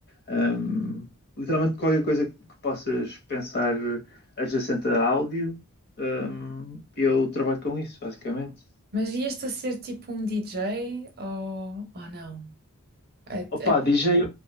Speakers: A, on the left; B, on the right.
A: Um, literalmente qualquer coisa que possas pensar adjacente a áudio, um, eu trabalho com isso, basicamente.
B: mas ias-te a ser tipo um DJ ou, ou não? É,
A: Opa,
B: é-
A: DJ,